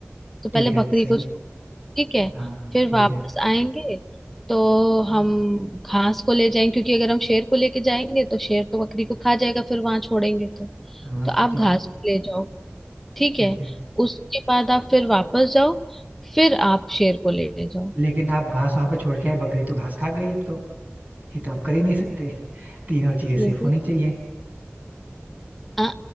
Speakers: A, in the centre; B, on the right (about 40°).
A: तो पहले
B: ठीक है
A: बकरी
B: सही
A: को छोड़- ठीक है
B: हाँ
A: फिर
B: ठीक
A: वापस
B: है
A: आएंगे तो हम घास को ले जाएंगे क्योंकि अगर हम शेर को लेके जाएंगे तो शेर तो बकरी को खा जाएगा फिर वहां छोड़ेंगे तो
B: हाँ
A: तो आप
B: ठीक
A: घास
B: है
A: को ले जाओ ठीक
B: ठीक
A: है
B: है
A: उसके बाद आप फिर वापस जाओ फिर आप शेर को ले जाओ
B: लेकिन आप घास वहां पे छोड़ के आए बकरी तो घास खा गई अब तो ये तो आप कर ही नहीं सकते तीनों चीजें
A: ओ
B: सेफ होनी चाहिए
A: आ,